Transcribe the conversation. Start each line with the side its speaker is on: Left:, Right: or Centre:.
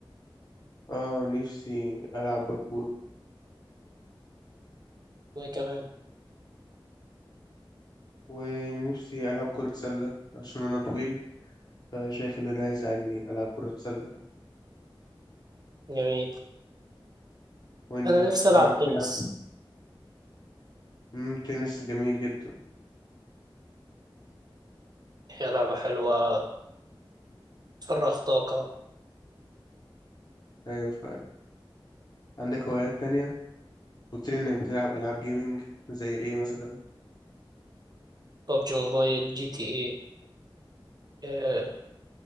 Left: اه نفسي العب باركور
Right: وكمان
Left: ونفسي العب كرة سلة عشان انا طويل فشايف إن ده هيساعدني ألعب كرة سلة
Right: جميل
Left: وأنت
Right: انا نفسي العب
Left: جربت
Right: تنس
Left: تلعب مم، تنس جميل جدا
Right: هي لعبه حلوه تفرغ طاقه
Left: أيوة فعلا عندك هوايات تانية قلت لي إنك بتلعب ألعاب جيمنج زي إيه مثلا
Right: ببجي موبايل جي تي ايه آه،